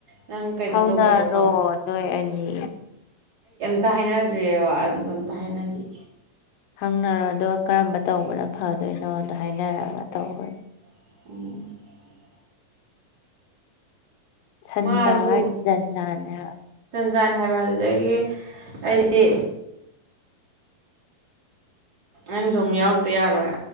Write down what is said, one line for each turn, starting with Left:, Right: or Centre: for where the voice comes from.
Right: ꯅꯪ ꯀꯩꯅꯣ
Left: ꯍꯧꯅꯔꯣ
Right: ꯇꯧꯕꯗꯣꯀꯣ
Left: ꯅꯣꯏ ꯑꯅꯤ
Right: ꯑꯃꯇ ꯍꯥꯏꯅꯗ꯭ꯔꯤꯑꯕ ꯑꯗꯨꯗ ꯑꯝꯇ ꯍꯥꯏꯅꯈꯤ
Left: ꯍꯪꯅꯔꯣ ꯑꯗꯨꯒ ꯀꯔꯝꯕ ꯇꯧꯕꯅꯣ ꯐꯗꯣꯏꯅꯣꯗꯣ ꯍꯥꯏꯅꯔꯒ ꯇꯧꯕꯅꯤ
Right: <inaudible>
Left: ꯁꯟ
Right: ꯃꯥꯁꯨ
Left: ꯆꯥꯕ ꯍꯥꯏꯗꯣ ꯖꯟꯖꯥꯟꯅꯦ ꯍꯥꯏꯕ
Right: ꯖꯥꯟꯅꯤ ꯍꯥꯏꯕ ꯑꯗꯨꯗꯒꯤ ꯑꯩꯗꯤ ꯑꯉꯥꯡꯁꯨ ꯌꯥꯎꯔꯛꯇ ꯌꯥꯔꯣꯏ